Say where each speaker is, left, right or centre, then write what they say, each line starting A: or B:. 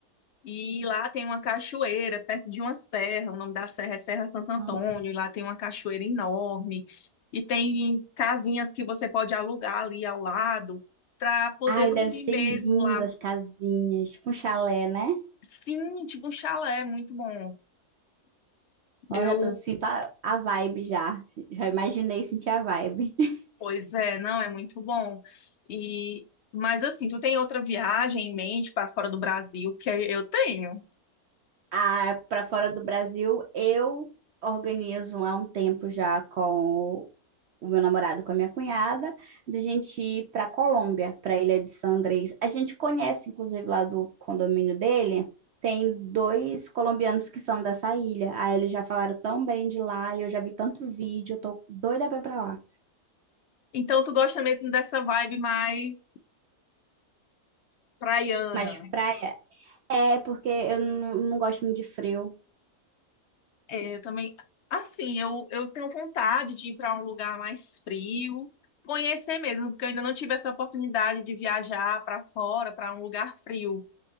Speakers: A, on the left; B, on the right.
A: E lá tem uma cachoeira, perto de uma serra. O nome da serra é Serra Santo Antônio.
B: nossa.
A: E lá tem uma cachoeira enorme. E tem casinhas que você pode alugar ali ao lado para poder
B: Ai,
A: dormir
B: deve ser
A: mesmo
B: lindo
A: lá.
B: as casinhas, com chalé, né?
A: Sim, tipo um chalé, muito bom.
B: Ó,
A: Eu
B: já tô sinto a, a vibe já. Já imaginei sentir a vibe. <laughs>
A: Pois é, não, é muito bom. E mas assim, tu tem outra viagem em mente para fora do Brasil? Porque eu tenho.
B: Ah, pra fora do Brasil, eu organizo há um tempo já com o meu namorado com a minha cunhada, da gente ir para Colômbia, para a Ilha de San Andrés. A gente conhece, inclusive, lá do condomínio dele, tem dois colombianos que são dessa ilha. Aí eles já falaram tão bem de lá, e eu já vi tanto vídeo, eu tô doida pra ir pra lá.
A: Então tu gosta mesmo dessa vibe mais praiana?
B: Mas praia é porque eu não, não gosto muito de frio.
A: É, eu também. Assim, eu, eu tenho vontade de ir para um lugar mais frio, conhecer mesmo, porque eu ainda não tive essa oportunidade de viajar para fora, para um lugar frio.